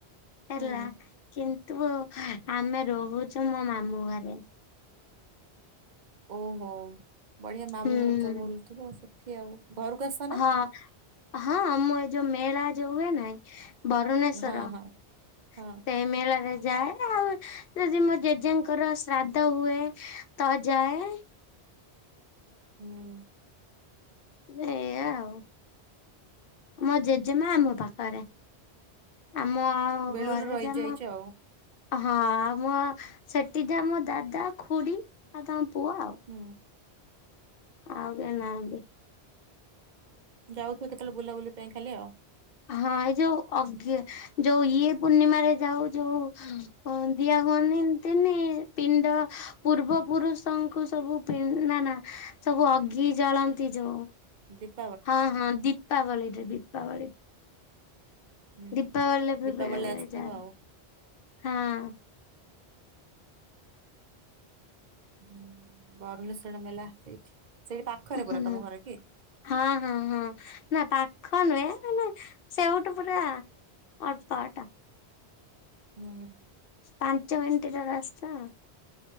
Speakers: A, on the left; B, on the right.
A: ହେଲା
B: ହୁଁ
A: କିନ୍ତୁ ଆମେ ରୋହୁଛୁ ମୋ ମାମୁଁ ଘରେ।
B: ଓହୋ ବଢ଼ିଆ ମାମୁଁ
A: ହୁଁ।
B: ଘର ତ ବୁଲୁଥିବ ସେଠି ଆଉ ଘରକୁ ଆସ ନା
A: ହଁ ହଁ ମୁଁ ଏ ଯୋଉ ମେଳା ଯୋଉ ହୁଏ ନାଇଁ ବରୁଣେଶ୍ୱର
B: ହଁ ହଁ ହଁ
A: ସେଇ ମେଳାରେ ଯାଏ ଆଉ ଯଜି ମୋ ଜେଜେଙ୍କର ଶ୍ରାଦ୍ଧ ହୁଏ ତ ଯାଏ।
B: ହୁଁ।
A: ଏଇଆ ଆଉ। ମୋ ଜେଜେମା ଆମ ପାକାରେ ଆମ
B: ବେଳୁରୁ
A: ଘରେ
B: ରହିଯାଇଛ
A: ଯାମ
B: ଆଉ
A: ହଁ ଆମ ସେଠି ଯା ମୋ ଦାଦା ଖୁଡ଼ି ଆଉ ତାଙ୍କ ପୁଅ ଆଉ।
B: ହୁଁ।
A: ଆଉ କେଇ ନାହାଁନ୍ତି।
B: ଯାଉଥିବ କେତେବେଳେ ବୁଲାବୁଲି ପାଇଁ ଖାଲି ଆଉ।
A: ହଁ ଏଇ ଯୋଉ ଅଗ୍ୟେ ଯୋଉ ଇଏ ପୂର୍ଣ୍ଣିମାରେ ଯାଉ ଯୋଉ ଦିଆ ହୁଅନ୍ତିନି ପିଣ୍ଡ। ପୂର୍ବ ପୁରୁଷଙ୍କୁ ସବୁ ପି ନା ନା ସବୁ ଅଘି ଜାଳନ୍ତି ଯୋଉ।
B: ଦେକ୍
A: ହଁ ହଁ ଦୀପାବଳିରେ ଦୀପାବଳି।
B: ହୁଁ-
A: ଦୀପାବଳିରେ ବି
B: ଦୀପାବଳିରେ
A: ବେଳେ ବେଳେ
B: ଆସିଥବ
A: ଯାଏ
B: ଆଉ।
A: ହଁ
B: ହୁଁ ବରୁଣେଶଶ୍ଵର ମେଲା ସେଇଠି ସେଇ ପାଖରେ
A: ହଁ
B: ପୁରା ତମ ଘର କି?
A: ହଁ- ହଁ -ହଁ ନା ପାଖ ନୁହେଁ ମାନେ ସେଉଠୁ ପୁରା ଅଳ୍ପ ବାଟ।
B: ହୁଁ।
A: ପାଞ୍ଚ ମିନିଟ୍ ର ରାସ୍ତା ଆଉ।